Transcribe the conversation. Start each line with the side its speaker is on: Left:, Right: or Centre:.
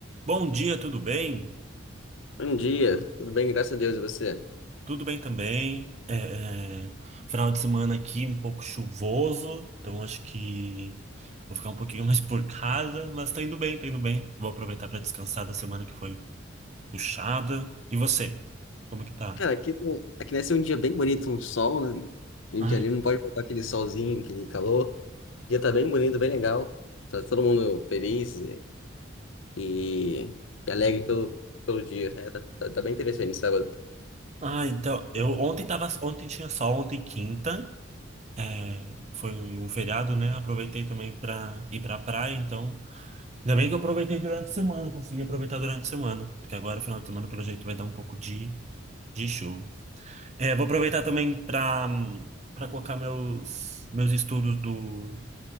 Right: Bom dia, tudo bem?
Left: Bom dia, tudo bem? Graças a Deus, e você?
Right: Tudo bem também. É, é, final de semana aqui um pouco chuvoso, então acho que vou ficar um pouquinho <laughs> mais por casa, mas tá indo bem, tá indo bem. Vou aproveitar para descansar da semana que foi puxada. E você? Como que tá?
Left: Cara, aqui, tá- um, aqui deve ser um dia bem bonito, um sol, né? Rio de
Right: Ai,
Left: Janeiro não pode faltar aquele solzinho, aquele calor. O dia tá bem bonito, bem legal. Tá todo mundo feliz e, e alegre pelo, pelo dia. É, tá, tá, tá bem interessante sábado.
Right: ai, então, eu ontem tava, ontem tinha sol, ontem quinta, é, foi um feriado, né? Aproveitei também para ir pra praia, então Ainda bem que eu aproveitei durante a semana, consegui aproveitar durante a semana, porque agora, final de semana, pelo jeito, vai dar um pouco de De show. É, vou aproveitar também para para colocar meus meus estudos do,